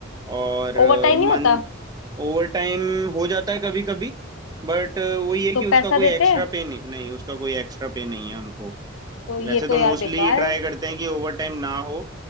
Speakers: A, on the right; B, on the left.
A: और अ,
B: ओवर टाइम
A: मन
B: नहीं होता
A: ओवर टाइम हो जाता है कभी कभी बट वही है कि
B: तो
A: उसका
B: पैसा
A: कोई
B: देते
A: एक्स्ट्रा
B: हैं
A: पे नहीं नहीं उसका कोई एक्स्ट्रा पे नहीं है हमको
B: तो ये
A: वैसे
B: तो
A: तो
B: यार
A: मोस्टली
B: बेकार
A: ट्राई
B: है
A: करते हैं कि ओवर टाइम ना हो